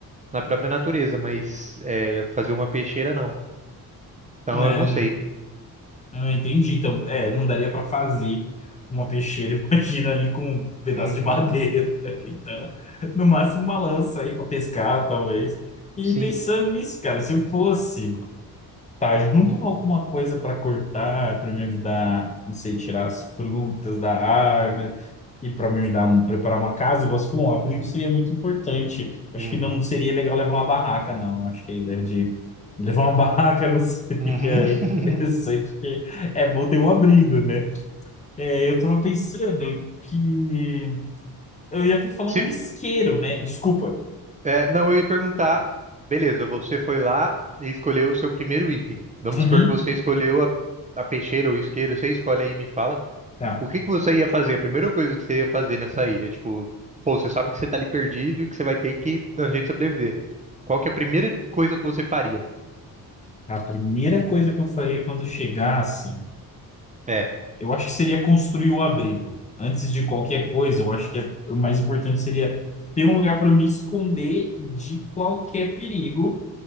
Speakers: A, on the right (about 20°); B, on the left (about 20°).
A: na própria natureza, mas é, fazer uma peixeira não. Então
B: né,
A: eu não
B: né.
A: sei.
B: Ah, entendi. Então, é, não daria para fazer uma peixeira, <laughs> imagina ali com um pedaço
A: Uhum,
B: de madeira. Então, no máximo uma lança aí para pescar, talvez. E
A: sim.
B: pensando nisso, cara, se eu fosse, tá, junto com alguma coisa para cortar, para me ajudar, não sei, tirar as frutas da árvore e para me ajudar a preparar uma casa, igual você falou, um abrigo seria muito importante. Acho
A: Uhum,
B: que não
A: uhum.
B: seria legal levar uma barraca, não. Acho que a ideia de levar uma <laughs> barraca não seria
A: <laughs>
B: interessante, porque é bom ter um abrigo, né? É, eu tava pensando que eu ia até falar
A: Se,
B: um isqueiro, né? Desculpa.
A: é, não, eu ia perguntar. Beleza, você foi lá e escolheu o seu primeiro item. Vamos
B: Uhum,
A: supor que você escolheu a, a peixeira ou isqueiro. Você escolhe aí e me fala.
B: tá.
A: O que que você ia fazer? A primeira coisa que você ia fazer nessa ilha? Tipo, pô, você sabe que você tá ali perdido e que você vai ter que dar um jeito de sobreviver. Qual que é a primeira coisa que você faria?
B: A primeira coisa que eu faria quando chegasse
A: É,
B: eu acho que seria construir o abrigo. Antes de qualquer coisa, eu acho que é- o mais importante seria ter um lugar para me esconder de qualquer perigo.